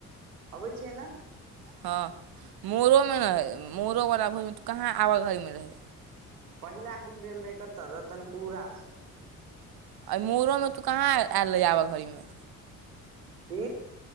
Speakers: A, on the right; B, on the right.
A: अबय छियै न
B: हँ मोरोमे ने रहै मोरोबला भोरिमे तू कहाँ आबय घड़ीमे रहै
A: पहिला दिन भेल रहै कतऽ' रतनपुरा सँ
B: आ मोरोमे तू कहाँ आयल रही आबऽ घड़ीमे
A: की